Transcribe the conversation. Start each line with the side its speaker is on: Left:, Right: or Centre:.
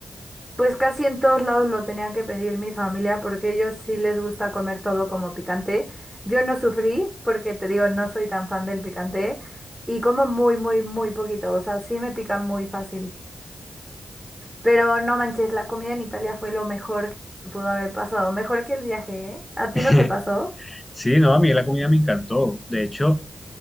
Centre: Pues casi en todos lados lo tenía que pedir mi familia porque ellos sí les gusta comer todo como picante. Yo no sufrí porque te digo, no soy tan fan del picante y como muy, muy, muy poquito. O sea, sí me pica muy fácil. Pero no manches, la comida en Italia fue lo mejor que me pudo haber pasado. Mejor que el viaje, ¿eh? ¿A ti
Left: <laughs>
Centre: no te pasó?
Left: Sí, no, a mí la comida me encantó. De hecho,